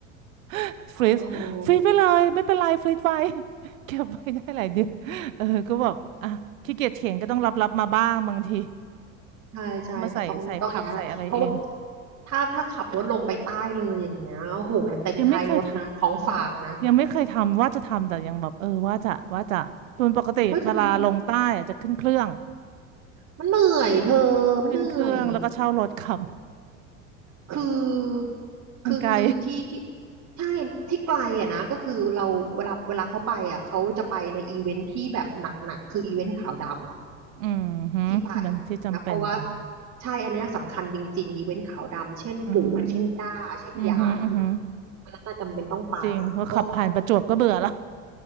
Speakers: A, on the right; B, on the right.
A: <laughs> ฟรีซฟรีซไปเลยไม่เป็นไรฟรีซไว้
B: เออ
A: <laughs> เก็บไว้ได้หลายเดือน <laughs> เออก็แบบอ่ะขี้เกียจเถียงก็ต้องรับรับมาบ้างบางที
B: ใช่ใช่ก็ต้องต้องอย่างนั้นแหละเพราะว่า
A: มาใส่ใส่ผักใส่อะไรเอง
B: ถ้าถ้าขับรถลงไปใต้เลยอย่างเงี้ยโอ้โหเต็มท้ายรถนะของฝากนะ
A: ยังไม่เคยทาน ยังไม่เคยทำว่าจะทำแต่ยังแบบเออว่าจะว่าจะส่วนปกติเวลาลงใต้อะจะขึ้นเครื่อง
B: เฮ้ยเธอมันมันเหนื่อยเธอมันเหนื่อย
A: ขึ้นเครื่องแล้วก็เช่ารถขับ <laughs>
B: คือคือคือที่ที่
A: มันไกล
B: ใช่ที่ไกลอ่ะนะก็คือเราเวลาเวลาเขาไปอ่ะเขาจะไปในอีเวนท์ที่แบบหนักๆคืออีเวนท์ขาวดำ
A: อืมฮึมันที่จำเป็นอะไรอย่างงี้
B: ที่ไปนะเพราะว่าใช่อันเนี้ยสำคัญจริงๆอีเวนท์ขาวดำเช่นปู่เช่นย่าเช่นยายอย่างเงี้ยอันนั้นน่ะจำเป็นต้องไป
A: อืมอืมฮึอืมฮึจริงเพราะขับผ่านประจวบก็เบื่อแล้ว
B: ก็แบบ